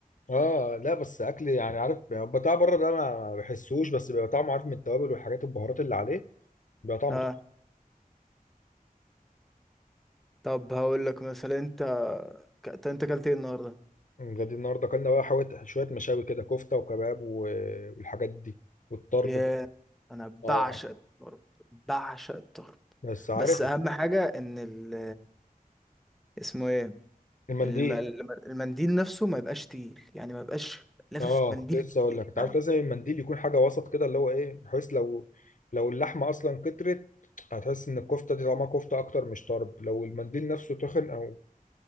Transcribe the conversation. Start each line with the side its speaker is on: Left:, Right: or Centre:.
Left: اه لا بس اكل يعني عارف بتاع بره ده ما ما بحسوش بس بيبقى طعمه عارف من التوابل والحاجات البهارات اللي عليه بيبقى طعمه
Centre: اه طب هقول لك مثلا انت ك- انت اكلت ايه النهارده
Left: طعم غادي النهارده اكلنا بقى حوت- شويه مشاوي كده كفته وكباب و- والحاجات دي والطرب
Centre: يا
Left: بقى.
Centre: انا بعشق
Left: اه
Centre: الطرب بعشق الطرب
Left: بس عارف
Centre: بس اهم حاجه ان ال اسمه ايه
Left: المنديل
Centre: الم... الم- المنديل نفسه ما يبقاش تقيل يعني ما يبقاش لافف
Left: اه
Centre: منديل
Left: كنت لسه
Centre: كتير
Left: اقول لك انت
Centre: فاهم
Left: عارف لازم المنديل يكون حاجه وسط كده اللي هو ايه بحيث لو لو اللحمه اصلا كترت هتحس ان الكفته دي طعمها كفته اكتر مش طرب لو المنديل نفسه تخن او